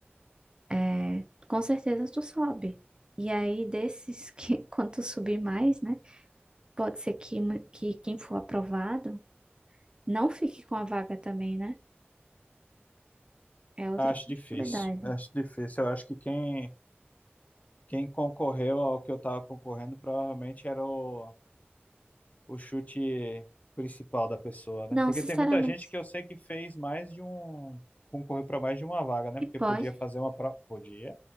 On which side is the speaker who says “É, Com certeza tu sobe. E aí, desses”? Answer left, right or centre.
Right